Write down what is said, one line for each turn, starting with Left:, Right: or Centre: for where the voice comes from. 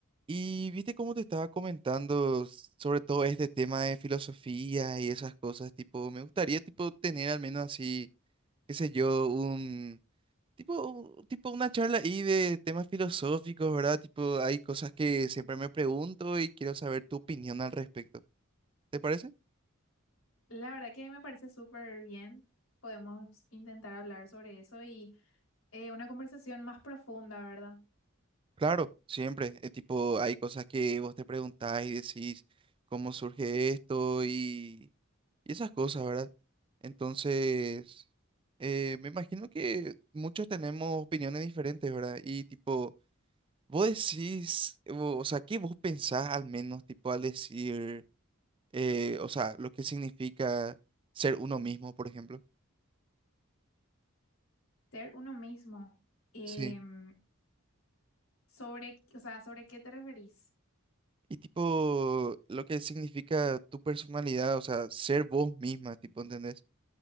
Right: Y viste cómo te estaba comentando sobre todo este tema de filosofía y esas cosas, tipo, me gustaría tipo tener al menos así, qué sé yo, un tipo, tipo una charla ahí de temas filosóficos, ¿verdad? Tipo, hay cosas que siempre me pregunto y quiero saber tu opinión al respecto. ¿Te parece?
Left: La verdad que me parece súper bien. Podemos intentar hablar sobre eso y eh, una conversación más profunda, ¿verdad?
Right: Claro, siempre. eh, tipo, hay cosas que vos te preguntás y decís cómo surge esto y y esas cosas, ¿verdad? Entonces, eh, me imagino que muchos tenemos opiniones diferentes, ¿verdad? Y tipo, vos decís, o, o sea, ¿qué vos pensás al menos, tipo, al decir, eh, o sea, lo que significa ser uno mismo, por ejemplo?
Left: Ser uno mismo. Em,
Right: Sí.
Left: sobre, o sea, ¿sobre qué te referís?
Right: Y tipo, lo que significa tu personalidad, o sea, ser vos misma, tipo, ¿entendés?